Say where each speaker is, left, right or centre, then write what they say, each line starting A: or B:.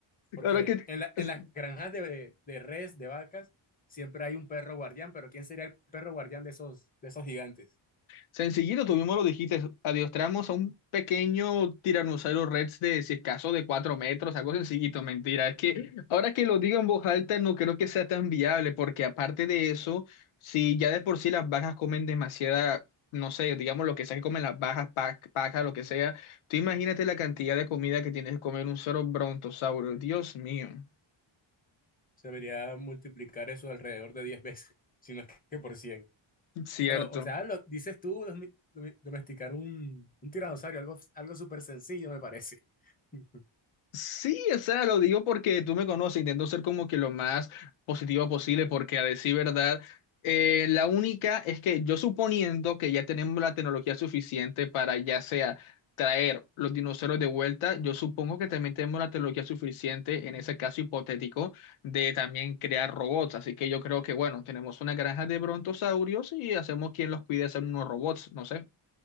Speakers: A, on the left; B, on the left.
A: La
B: Porque
A: verdad que
B: en la-
A: es-
B: en las granjas de, de res, de vacas, siempre hay un perro guardián, pero ¿quién sería el perro guardián de esos, de esos gigantes?
A: Sencillito, tú mismo lo dijiste, adiestramos a un pequeño tiranosaurio rex de, si es caso, de cuatro metros, algo sencillito, mentira. Es que ahora que lo digo en voz alta, no creo que sea tan viable, porque aparte de eso, si ya de por sí las bajas comen demasiada, no sé, digamos lo que sea que comen las bajas, pa- paja, lo que sea, tú imagínate la cantidad de comida que tienes que comer un solo brontosaurio, Dios mío,
B: Se debería multiplicar eso alrededor de 10 veces, si no es que por 100.
A: cierto.
B: Pero, o sea, lo dices tú, domi- domi- domesticar un, un tiranosaurio, algo, algo súper sencillo me parece. <laughs>
A: Sí, o sea, lo digo porque tú me conoces, intento ser como que lo más positivo posible, porque a decir verdad, eh, la única es que yo suponiendo que ya tenemos la tecnología suficiente para ya sea traer los dinosaurios de vuelta, yo supongo que también tenemos la tecnología suficiente en ese caso hipotético de también crear robots, así que yo creo que bueno, tenemos una granja de brontosaurios y hacemos quien los cuide hacer unos robots, no sé.